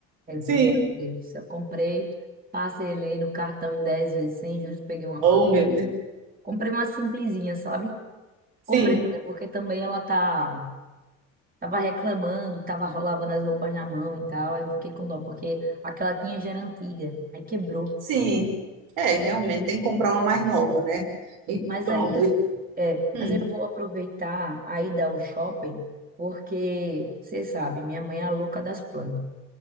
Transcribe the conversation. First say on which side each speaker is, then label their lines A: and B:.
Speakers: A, on the right; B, on the right.
A: eu
B: Sim.
A: fiz, meu Deus do céu, eu comprei, parcelei no cartão em 10 vezes sem juros, peguei uma.
B: Oh,
A: pro-
B: meu Deus.
A: Comprei uma simplesinha, sabe?
B: Sim,
A: Comprei, mulher, porque também ela tá, tava reclamando, tava ro- lavando as roupas na mão e tal. aí Eu fiquei com dó, porque aquela tinha já era antiga, aí quebrou.
B: sim. É, realmente tem que comprar uma mais nova, né? E
A: Mas
B: pronto.
A: aí, eu-
B: E
A: é,
B: hum.
A: mas eu vou aproveitar a ida ao shopping, porque você sabe, minha mãe é a louca das plantas.